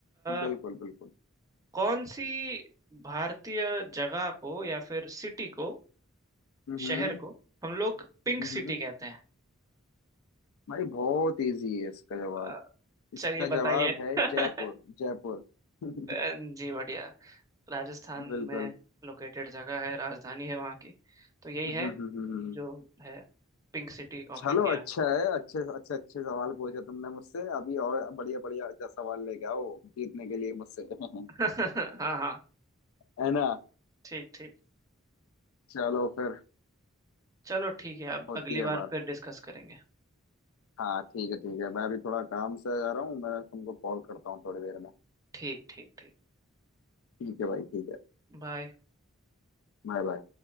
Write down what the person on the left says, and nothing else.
बिल्कुल
बिल्कुल
हम्म
हम्म
भाई बहुत इजी है इसका जवाब
इसका
जवाब है
जयपुर जयपुर <laughs>
बिल्कुल
हम्म,
हम्म, हम्म।
चलो
अच्छा है अच्छे अच्छे अच्छे सवाल पूछे तुमने मुझसे अभी और बढ़िया बढ़िया जा सवाल लेके आओ जीतने के लिए मुझसे <laughs>
है ना
चलो फिर
होती
है
बात
हाँ ठीक है ठीक है मैं अभी थोड़ा काम से जा रहा हूँ मैं तुमको कॉल करता हूँ थोड़ी देर में
ठीक है भाई ठीक है
Bye bye